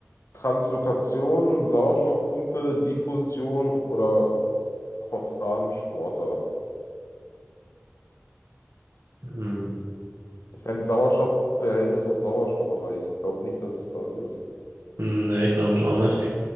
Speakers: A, on the left; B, on the right.
A: Translokation, Sauerstoffpumpe, Diffusion oder Cotransporter?
B: Hm.
A: Ich meine, Sauerstoffpumpe erhält das Wort Sauerstoff, aber ich glaube nicht, dass es das ist.
B: Nee, glaube ich auch nicht.